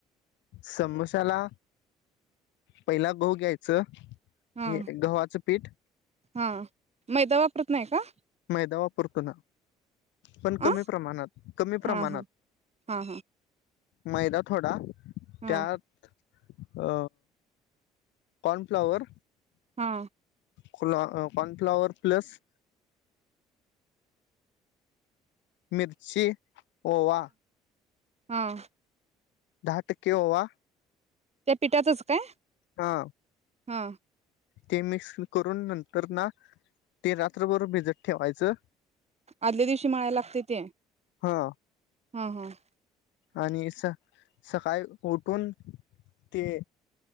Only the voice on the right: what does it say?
हा
हा मैदा वापरत नाही का?
अ
हा
हा हा
हं
हा
हाओ
त्या पिठातच काय?
हा.
आदल्या दिवशी मळायला लागतय ते.
ह ह!